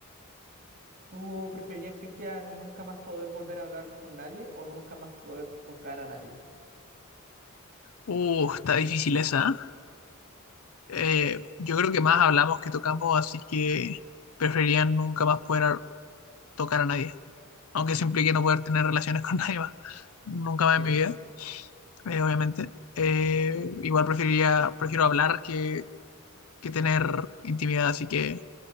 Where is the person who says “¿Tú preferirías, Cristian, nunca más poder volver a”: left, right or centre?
Right